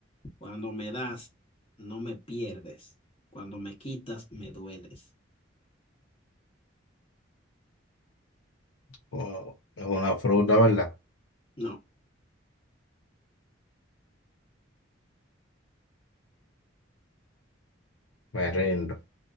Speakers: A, on the left; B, on the left.
A: Cuando me das, no me pierdes. Cuando me quitas, me dueles.
B: Wow, es una fruta, ¿verdad?
A: No,
B: Me rindo.